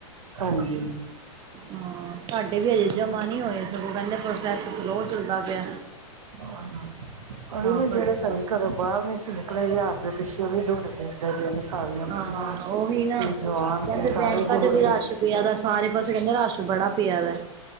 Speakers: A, on the right (about 70°); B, on the right (about 25°).
A: ਹਾਂਜੀ।
B: ਹਾਂ ਸਾਡੇ ਵੀ ਹਜੇ ਜਮਾਂ ਨਈ ਹੋਏ, ਸਗੋਂ ਕੇਂਦੇ ਪ੍ਰੋਸੈਸ ਸਲੋਅ ਚੱਲਦਾ ਪਿਆ।
A: ਉਹੀ
B: ਤਾਂ
A: ਨਾ,
B: ਕਰਕੇ
A: ਜੇਹੜੇ ਕਦੀ ਘਰੋਂ ਬਾਰ ਨੀ ਸੀ ਨਿਕਲੇ, ਹਜ਼ਾਰ ਦੇ ਇਸ ਲਈ ਵੀ ਦੌੜਦੇ <unintelligible> ਨੇ ਸਾਰੀਆਂ
B: ਹਾਂ
A: ਬੁਢੀਆਂ,
B: ਉਹੀ
A: ਤੇ
B: ਨਾ
A: ਜਵਾਨ
B: ਕਹਿੰਦੇ
A: ਕੀ, ਸਾਰੇ
B: ਬੈਂਕਾਂ
A: ਈ ਦੌੜ
B: ਚ ਵੀ
A: ਗਏ।
B: ਰਸ਼ ਪਿਆ ਦਾ ਏ, ਸਾਰੇ ਪਾਸੇ ਕੇਂਦੇ ਰਾਸ਼ ਬੜਾ ਪਿਆ ਦਾ ਏ।